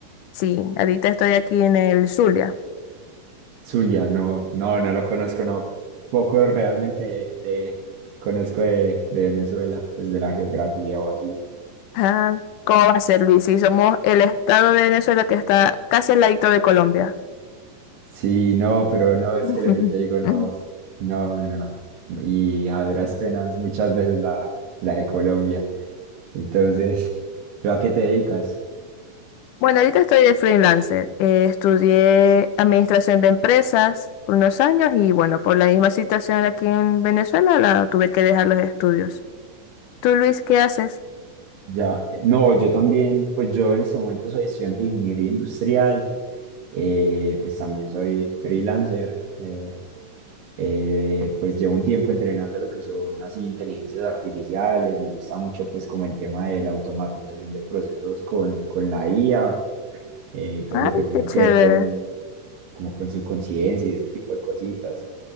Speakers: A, on the left; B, on the right.
A: Sí, ahorita estoy aquí en el Zulia.
B: Zulia, no, no, no lo conozco, no. Poco realmente de, conozco de, de Venezuela, pues de la geografía o así.
A: Ajá. ¿Cómo va a ser, Luis? Sí, somos el estado de Venezuela que está casi al ladito de Colombia.
B: Sí, no, pero no, es
A: <laughs>
B: que lo que te digo, no, no, no. Y a duras penas, muchas veces la, la de Colombia. Entonces, <laughs> ¿tú a qué te dedicas?
A: Bueno, ahorita estoy de freelancer. Eh, estudié administración de empresas por unos años y bueno, por la misma situación aquí en Venezuela, la tuve que dejar los estudios. ¿Tú, Luis, qué haces?
B: Ya, no, yo también, pues yo en este momento soy estudiante de ingeniería industrial, eh, pues también soy freelancer, eh, eh, pues llevo un tiempo entrenando lo que son así inteligencias artificiales, me gusta mucho pues como el tema de la automatización de procesos con, con la IA. eh, y todo
A: Ay,
B: lo que tenga
A: qué chévere.
B: que ver con, como con su conciencia y ese tipo de cositas.